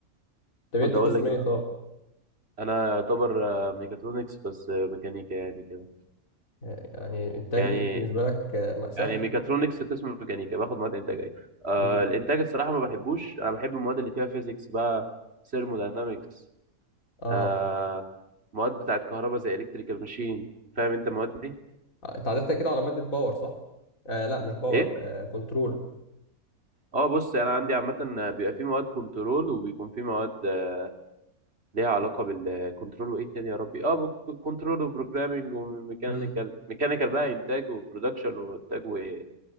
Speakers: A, on the left; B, on the right.
A: طب
B: كنت
A: أنت
B: اقول
A: قسم
B: لك
A: إيه
B: إيه بقى
A: طب؟
B: انا يعتبر آه، ميكاترونكس بس آه، ميكانيكا يعني كده
A: يعني الإنتاج
B: يعني
A: بالنسبة لك آه، ما سهل؟
B: يعني ميكاترونكس قسم ميكانيكا باخد مواد انتاج ايه آه
A: امم
B: الانتاج الصراحه ما بحبوش انا بحب المواد اللي فيها فيزيكس بقى ثيرموداينامكس
A: أه
B: آه مواد بتاعت كهرباء زي الكتريكال ماشين فاهم انت المواد دي
A: أنت عدتها كده على مادة باور صح؟ آه لا مش باور
B: ايه
A: آه كنترول
B: اه بص انا عندي عامه بيبقى في مواد كنترول وبيكون في مواد آه، ليها علاقه بالكنترول وايه تاني يا ربي اه كنترول وبروجرامنج وميكانيكال
A: امم
B: ميكانيكال بقى انتاج وبرودكشن وانتاج و-